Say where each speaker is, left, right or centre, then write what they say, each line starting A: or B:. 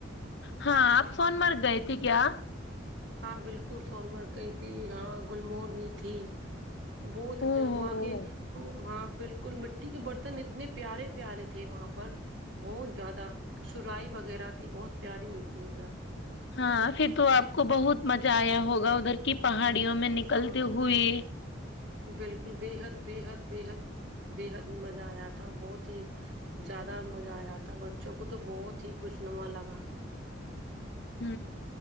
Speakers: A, on the left; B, on the right.
A: ہاں آپ سون مارگ گئے تھے کیا
B: ہاں بالکل سون مرگ گئی تھی ہاں گللمور گئی تھی بہت
A: او
B: ا وہاں
A: ہو
B: کے وہ وہاں بالکل مٹی کے برتن اتنے پیارے پیارے تھے وہاں پر بہت زیادہ سرائی وغیرہ تھی بہت پیاری ہوئی تھی اھر
A: ہاں پھر تو آپ کو بہت مزہ آیا ہوگا ادھر کی پہاڑی گڑیوں میں نکلتے
B: ہاں
A: ہوئے
B: بالکل بےحد بےحد بےحد بےحد مزہ آیا تھا بہت ہی زیادہ مزہ آیا تھا بچوں کو تو بہت ہی خوشنما لگا
A: ہ